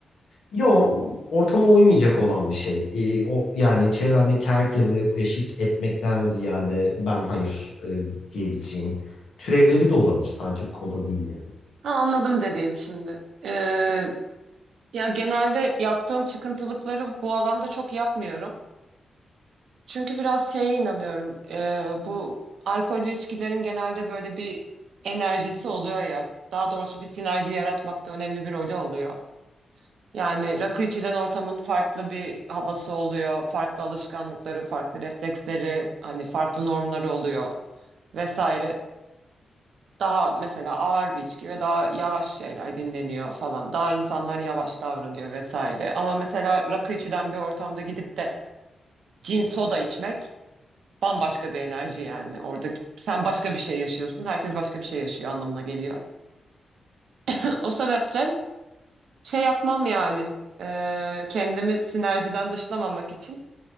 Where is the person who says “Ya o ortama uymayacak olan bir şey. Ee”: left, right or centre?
Left